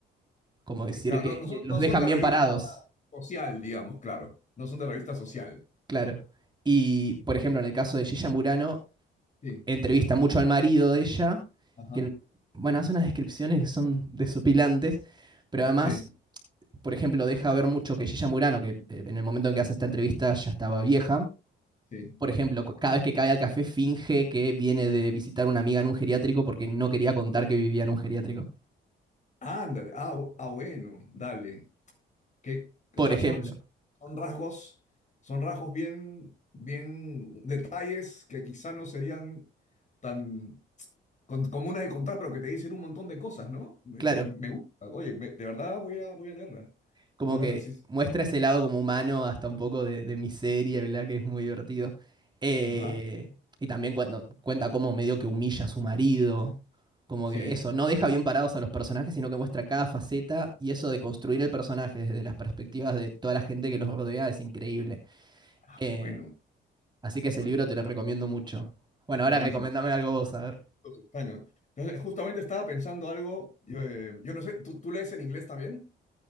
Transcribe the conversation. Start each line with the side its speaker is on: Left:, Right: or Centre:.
Right: como decir
Left: Que, claro,
Right: que,
Left: no, no son,
Right: que los
Left: no
Right: dejan
Left: son de
Right: bien
Left: revista
Right: parados,
Left: social, digamos, claro. No son de revista social.
Right: claro. Y, por ejemplo, en el caso de Gilla Murano,
Left: Sí,
Right: entrevista
Left: Chichimura.
Right: mucho al marido de ella,
Left: Ajá,
Right: que, bueno, hace unas descripciones que son desopilantes, pero además,
Left: sí,
Right: por ejemplo, deja ver mucho que Gilla Murano, que eh, en el momento en que hace esta entrevista ya estaba vieja,
Left: sí.
Right: por ejemplo, cada vez que cae al café finge que viene de visitar una amiga en un geriátrico porque no quería contar que vivía en un geriátrico.
Left: Ándate, ah, bu- ah, bueno, dale. Que,
Right: Por
Left: o sea,
Right: ejemplo,
Left: son, son rasgos, son rasgos bien, bien detalles que quizá no serían tan con- comunes de contar, pero que te dicen un montón de cosas, ¿no? Me,
Right: claro.
Left: porque me gusta. Oye, me- de verdad voy a, voy a leerla.
Right: como
Left: Voy a leerla,
Right: que
Left: sí. sí.
Right: muestra ese lado como humano, hasta un poco de, de miseria, ¿verdad? Que es muy divertido. Eh,
Left: Ajá,
Right: y también cuando cuenta cómo medio que humilla a su marido, como
Left: sí.
Right: que eso, no deja bien parados a los personajes, sino que muestra cada faceta y eso de construir el personaje desde las perspectivas de toda la gente que los rodea es increíble.
Left: Ah,
Right: Eh,
Left: qué bueno,
Right: así que
Left: qué
Right: ese
Left: bueno.
Right: libro te lo recomiendo mucho. Bueno,
Left: Buenísimo.
Right: ahora recomiéndame algo vos, a ver.
Left: Los españoles. Entonces, justamente estaba pensando algo, yo, eh, yo no sé, ¿tú, tú lees en inglés también?